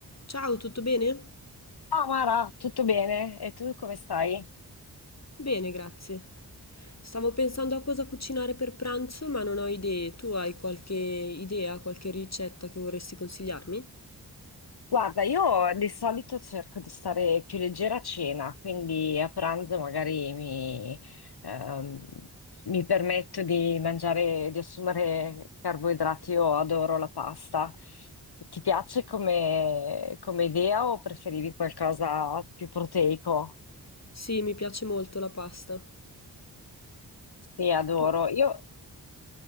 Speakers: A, on the left; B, on the left.
A: Ciao, tutto bene?
B: Ciao Mara, tutto bene? E tu come stai?
A: Bene, grazie. Stavo pensando a cosa cucinare per pranzo, ma non ho idee. Tu hai qualche idea, qualche ricetta che vorresti consigliarmi?
B: Guarda, io di solito cerco di stare più leggera a cena, quindi a pranzo magari mi, ehm, mi permetto di mangiare, di assumere carboidrati. Io adoro la pasta. Ti piace come, come idea o preferivi qualcosa più proteico?
A: Sì, mi piace molto la pasta.
B: Sì, adoro.
A: Tu?
B: Io